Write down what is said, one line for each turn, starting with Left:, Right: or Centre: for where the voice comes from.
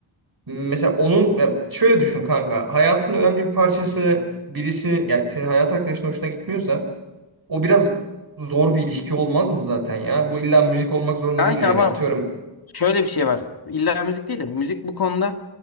Right: mesela onun ya şöyle düşün kanka. Hayatının önemli bir parçası birisi yani senin hayat arkadaşın hoşuna gitmiyorsa O biraz zor bir ilişki olmaz mı zaten ya? Bu illa müzik olmak zorunda
Left: Kanka
Right: değil yani
Left: ama
Right: atıyorum.
Left: şöyle bir şey var. İlla müzik değil de müzik bu konuda